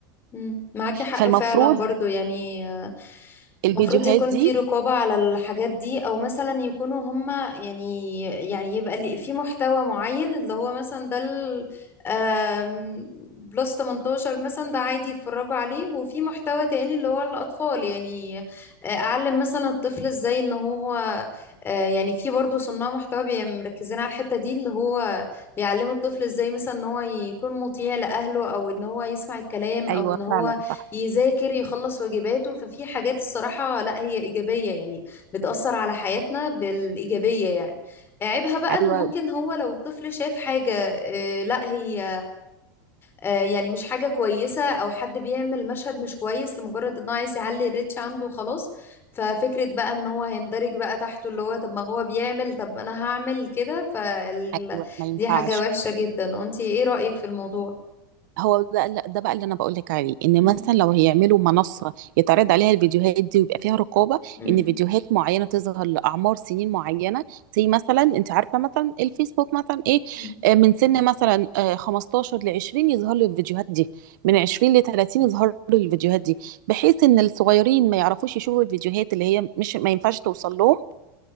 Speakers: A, on the left; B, on the right.
A: مم. معاكي حق
B: فالمفروض
A: فعلا برضو يعني آه،
B: الفيديوهات
A: المفروض يكون
B: دي
A: في رقابة على الحاجات دي أو مثلا يكونوا هما يعني يعني يبقى اللي في محتوى معين اللي هو مثلا ده ال- آم، بلس 18 مثلا ده عادي يتفرجوا عليه وفي محتوى تاني اللي هو الأطفال يعني آه، أعلم مثلا الطفل إزاي إن هو آه، يعني في برضو صناع محتوى بي- مركزين على الحتة دي اللي هو يعلموا الطفل ازاي مثلا ان هو يكون مطيع لاهله او ان هو يسمع الكلام او
B: أيوه
A: ان هو
B: فعلا صح
A: يذاكر يخلص واجباته ففي حاجات الصراحة لا هي ايجابية يعني بتأثر على حياتنا بالايجابية يعني عيبها بقى
B: أيوه
A: ان ممكن هو لو الطفل شاف حاجة آه، لا هي آه، يعني مش حاجة كويسة أو حد بيعمل مشهد مش كويس لمجرد إن هو عايز يعلي الريتش عنده وخلاص ففكرة بقى إن هو هيندرج بقى تحته اللي هو طب ما هو بيعمل طب أنا هعمل كده فال...
B: أيوه ما ينفعش
A: دي حاجة وحشة جدا أنتي إيه رأيك في الموضوع؟
B: هو ده لا، ده بقى اللي انا بقول لك عليه ان
A: مم.
B: مثلا لو هيعملوا منصه يتعرض عليها الفيديوهات دي ويبقى فيها رقابه
A: مم.
B: ان فيديوهات معينه تظهر لاعمار سنين معينه زي مثلا انت عارفه مثلا الفيسبوك مثلا ايه
A: مم.
B: آه، من سن مثلا آه، 15 ل 20 يظهر له الفيديوهات دي من 20 ل 30 يظهر له الفيديوهات دي بحيث ان الصغيرين ما يعرفوش يشوفوا الفيديوهات اللي هي مش ما ينفعش توصل لهم